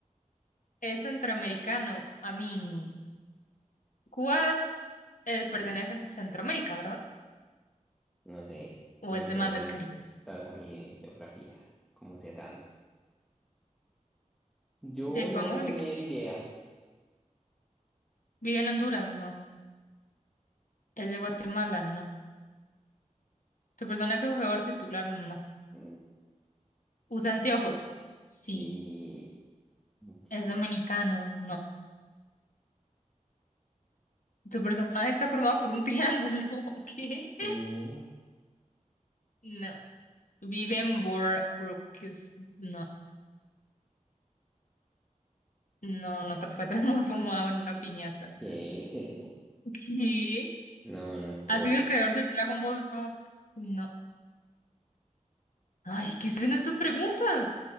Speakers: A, on the left; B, in the centre.
A: Es centroamericano. A mí, Cuba eh, pertenece
B: Y
A: a Centroamérica, ¿verdad?
B: No sé.
A: ¿O
B: Me
A: es de
B: preguntas
A: más del Caribe?
B: a mí de geografía. ¿Cómo sé tanto? Yo
A: De
B: no
A: pongámosle
B: tener
A: que sí.
B: idea.
A: Vive en Honduras, no. Es de Guatemala, no. ¿Tu persona es un jugador titular? No.
B: Mm,
A: ¿Usa anteojos? Sí.
B: Sí. Dios.
A: ¿Es dominicano? No. ¿Tu personaje está formado por un triángulo? <laughs> ¿Qué?
B: ¿Qué?
A: No. Vive en Boardwalk, que es- no, no, no tra- fue <laughs> transformado en una piñata.
B: ¿Qué? <laughs>
A: ¿Qué?
B: No, no es por.
A: ¿Ha sido el creador de Dragon Ball Rock? No. Ay, ¿qué son estas preguntas?